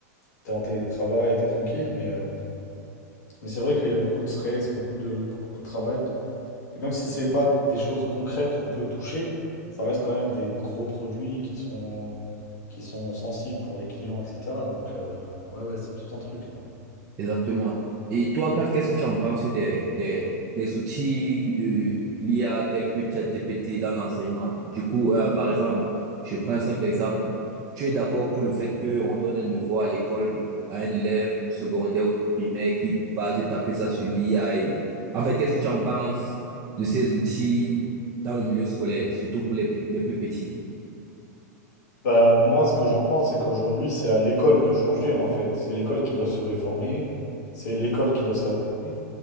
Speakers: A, on the left; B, on the right.
A: t'es en télétravail, t'es tranquille, mais. euh, Mais c'est vrai qu'il y a beaucoup de stress, beaucoup de, beaucoup de travail. Et même si c'est pas des choses concrètes qu'on peut toucher, ça reste quand même des gros produits qui sont, qui sont sensibles pour les clients, etc. Donc, euh, ouais, ouais, c'est tout un truc. hein.
B: Exactement. Et toi, qu'est- qu'est-ce que tu en penses des, des, des outils de l'IA tels que ChatGPT dans l'enseignement? Du coup, euh, par exemple, je prends un simple exemple. Tu es d'accord pour le fait qu'on donne un devoir à l'école à un élève du secondaire ou du primaire qui va te taper ça sur l'IA et- En fait, qu'est-ce que tu en penses de ces outils dans le milieu scolaire, surtout pour les, pe- les plus petits?
A: Bah, moi, ce que j'en pense, c'est qu'aujourd'hui, c'est à l'école de changer, en fait. C'est l'école qui doit se réformer, c'est l'école qui doit s'adapter.